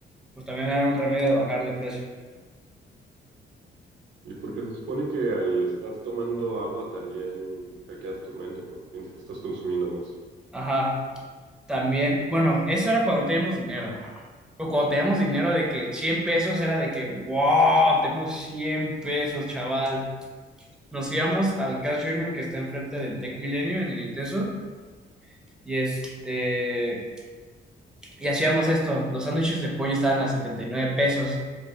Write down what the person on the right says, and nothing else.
Y porque se supone que al estar tomando agua también hackeas tu mente porque piensas que estás consumiendo más.